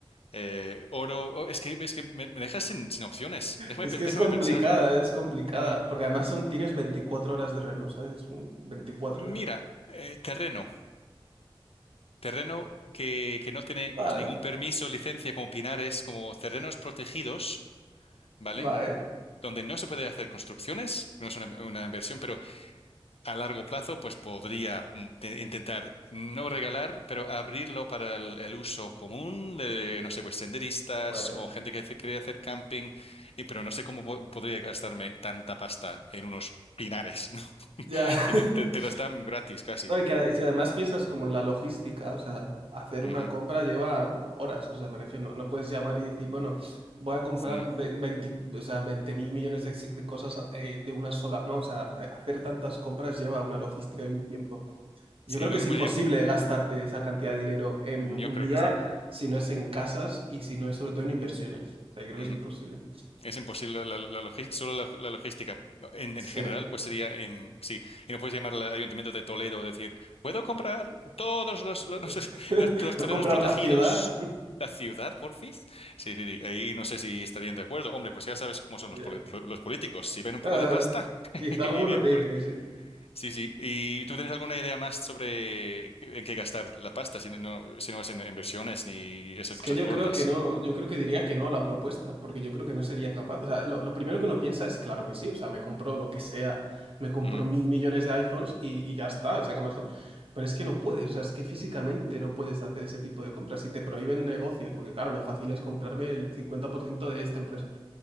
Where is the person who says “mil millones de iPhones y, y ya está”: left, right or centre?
Right